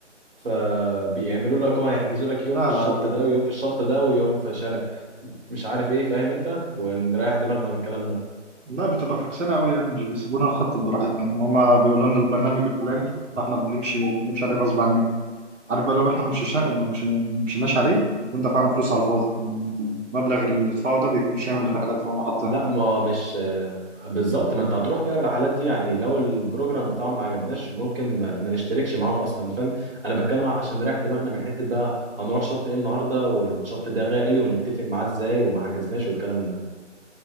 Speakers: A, on the right (about 50°); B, on the right (about 85°).
A: فبيعملوا لك هو هيحجزوا لك يوم
B: لا
A: في الشط
B: لا لا
A: ده ويوم في الشط ده ويوم في شارع مش عارف ايه فاهم انت ونريح دماغنا من الكلام ده
B: لا بتبقى فكسانه قوي يعني مش بيسيبونا نخطط براحتنا يعني هما بيقولوا لنا البرنامج الفلاني فاحنا بنمشي بنمشي عليه غصب عننا عارف بقى لو احنا مشيش- ما مشي- ما مشيناش عليه نكون دفعنا فلوس على الفاضي المبلغ اللي بندفعه ده بيكون شامل الرحلات اللي هم حاطينها
A: لا ما مش آه، بالظبط ما انت هتروح بقى الرحلات دي يعني لو البروجرام بتاعهم ما عجبناش ممكن ما ما نشتركش معاهم اصلا فاهم انا بتكلم عشان نريح دماغنا من حتة بقى هنروح شط ايه النهارده والشط ده غالي ونتفق معاه ازاي وما حجزناش والكلام ده